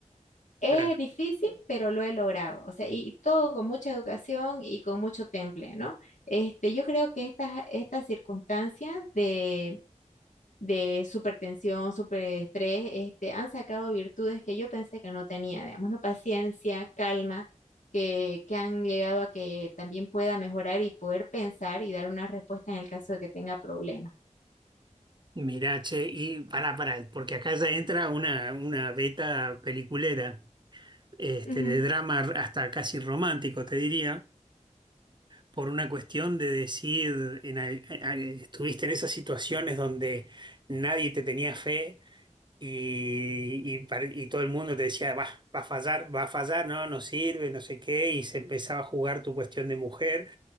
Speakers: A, on the left (about 75°); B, on the right (about 35°).
A: Es
B: Claro.
A: difícil, pero lo he logrado. O sea, y todo con mucha educación y con mucho temple, ¿no? Este, yo creo que estas, estas circunstancias de, de supertensión, superestrés, este, han sacado virtudes que yo pensé que no tenía, digamos, ¿no? Paciencia, calma, que, que han llegado a que también pueda mejorar y poder pensar y dar una respuesta en el caso de que tenga problemas.
B: Mirá, che, y pará, pará, porque acá ya entra una, una beta peliculera, este,
A: Ujú.
B: de drama r- hasta casi romántico, te diría, por una cuestión de decir, en al- al- estuviste en esas situaciones donde nadie te tenía fe y, y, pare- y todo el mundo te decía, va, va a fallar, va a fallar, no, no sirve, no sé qué, y se empezaba a jugar tu cuestión de mujer